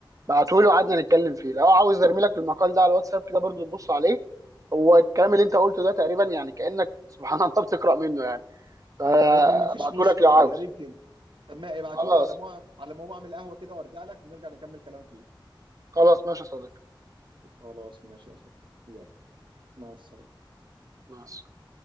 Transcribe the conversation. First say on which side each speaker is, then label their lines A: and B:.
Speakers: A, on the right; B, on the right.
A: بعتهولي وقعدنا نتكلم فيه لو عاوز ارمي لك المقال ده على الواتساب كده برضو تبص عليه هو الكلام اللي انت قلته ده تقريبا يعني كأنك <laughs> سبحان الله بتقرأ منه يعني فابعته
B: طيب ما ما فيش مشكله
A: لك لو عاوز
B: يا ريت جدا طب ما ابعتوا
A: خلاص
B: لي على مو على ما اعمل قهوه كده وارجع لك نرجع نكمل كلام فيه
A: خلاص ماشي يا صديقي
B: خلاص ماشي يا صاحبي يلا مع السلامه
A: مع السلامة